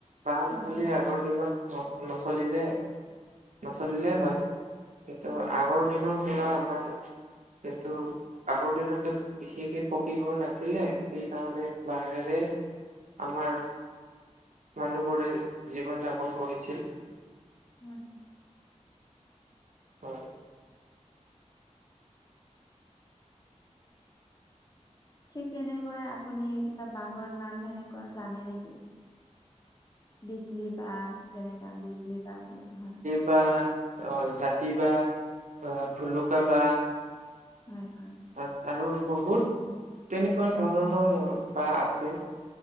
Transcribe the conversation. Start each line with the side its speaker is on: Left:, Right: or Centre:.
Right: বাঁহ নহ'লে
Left: হয় হয়
Right: আগৰ দিনত ন- নচলিলে, নচলিলে হয়, কিন্তু
Left: হয়
Right: আগৰ নৰ পৰা আমাক যিহেতু আগৰ দিনতো বিশেষকে পকী ঘৰ নাছিলে, সেইকাৰণে বাহিৰে আমাৰ মানুহবোৰে জীৱন যাপন কৰিছিল।
Left: হয়।
Right: হয়।
Left: ঠিক তেনেকুৱাই আপুনি কিবা বাঁহৰ নাম সেনেকুৱা জানে নেকি? বিজলী বাঁহ, যেনেকা বিজলী বাঁহ বুলি <unintelligible> হয়।
Right: বাঁহ, অ', জাতি বাঁহ, ভুলুকা বাঁহ।
Left: হয়, হয়।
Right: আ- আৰু বহুত তেনেকুৱা ধৰণৰ বাঁহ আছে।